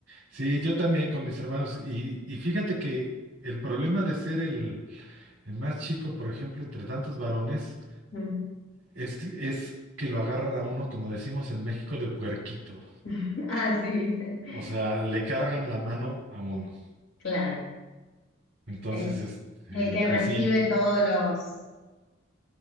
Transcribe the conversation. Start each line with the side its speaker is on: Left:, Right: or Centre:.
Right: Sí, yo también con mis hermanos. Y, y fíjate que el problema de ser el El más chico, por ejemplo, entre tantos varones,
Left: Mm.
Right: es, es que lo agarran a uno, como decimos en México, de puerquito.
Left: <laughs> Así dicen.
Right: O sea, le cargan la mano a uno.
Left: Claro,
Right: Entonces,
Left: es
Right: este,
Left: el que
Right: pues
Left: recibe
Right: sí,
Left: todos los,